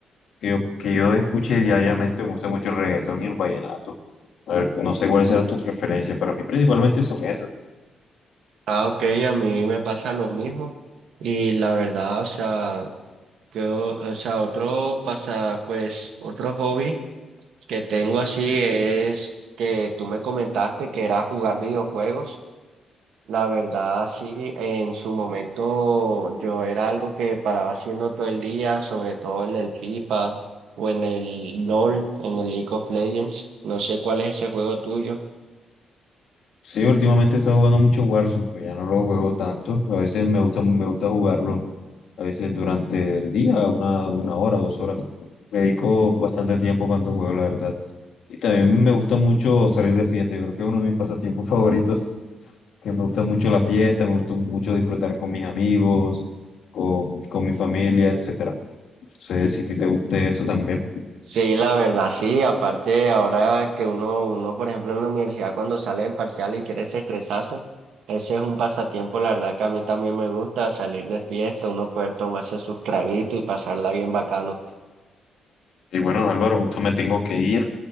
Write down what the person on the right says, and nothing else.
Ah, ok, a mí me pasa lo mismo. Y la verdad, o sea, que, o o sea, otro pasa, pues, otro hobby. que tengo así es que tú me comentaste que era jugar videojuegos. La verdad, sí, en su momento yo era algo que paraba haciendo todo el día, sobre todo en el FIFA o en el LOL, en el League of Legends. No sé cuál es ese juego tuyo.
Sí, la verdad, sí. Aparte, ahora que uno, uno, por ejemplo, en la universidad cuando sale en parcial y quiere ese estresazo, ese es un pasatiempo, la verdad que a mí también me gusta salir de fiesta, uno poder tomarse sus traguitos y pasarla bien bacano.